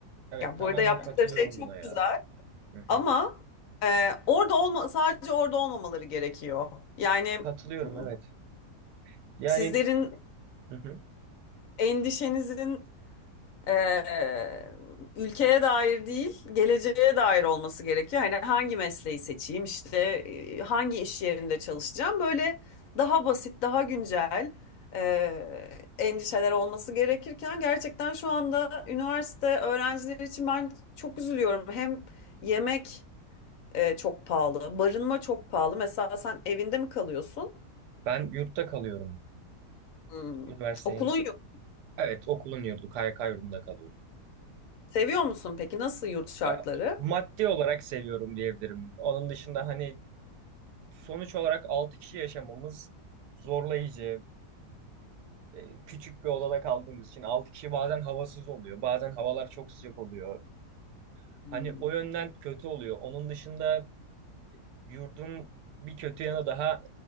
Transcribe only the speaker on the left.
Ya
burada yaptıkları
şey çok
güzel
ama e, orada olma sadece orada olmamaları gerekiyor. Yani
m,
sizlerin
endişenizin eee, ülkeye dair değil, geleceğe dair olması gerekiyor. Hani hangi mesleği seçeyim, işte e, hangi iş yerinde çalışacağım, böyle daha basit, daha güncel eee, endişeler olması gerekirken gerçekten şu anda üniversite öğrencileri için ben çok üzülüyorum. Hem yemek e, çok pahalı, barınma çok pahalı. Mesela sen evinde mi kalıyorsun?
Hmm.
Okulun yok.
Seviyor musun peki? Nasıl yurt şartları?
Hmm.